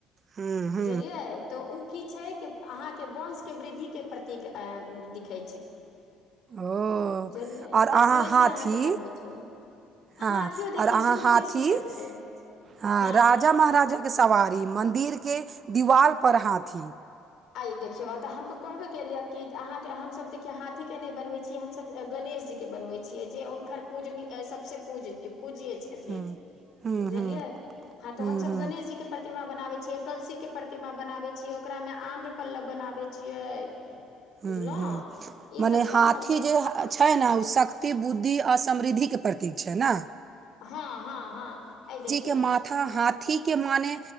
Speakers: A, on the right (about 35°); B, on the left (about 60°).
A: हूँ हूँक
B: बुझलियाय तऽ उ की छै अहाँ के बोन्स के वृद्धि के प्रतिक दि <unintelligible>
A: ओ
B: बुझलियै
A: आओर
B: तऽ
A: अहाँ
B: से
A: हाथी
B: से अहाँके बनबै छै
A: हँ
B: हाथियो
A: आओर
B: देखियौ
A: अहाँ
B: शुभ
A: हाथी
B: के सूचक छै
A: हाँ
B: हँ
A: राजा महाराजा के सवारी मंन्दिर के दीवाल पर हाथी
B: आ देखियो तऽ हम तो कहबे केलिय कि अहाँ के हमस देखिय हाथी के नै बनवै छी हमसब गणेश जी के बनबै छियै जे हुनखर पूजनी सबसँ पूज पूजिय छथिन
A: हम्म हम्म
B: बुझलियै
A: हम्म
B: हँ तो
A: हम्म
B: हमस
A: हम्म
B: गणेश जी के प्रतिमा बनाबै छियै कलसी के प्रतिमा बनाबै छियै ओकरा मे आम र पल्लव बनाबै छियै
A: हूँ
B: बुझलहुँ
A: हूँ मने
B: ई सब
A: हाथी
B: सब हमसभ
A: जे छै न उ शक्त एत बुद्धि आ समृद्धिके प्रतीक छै ने
B: हँ हँ हँ अइ देखिय
A: के हाथी के मने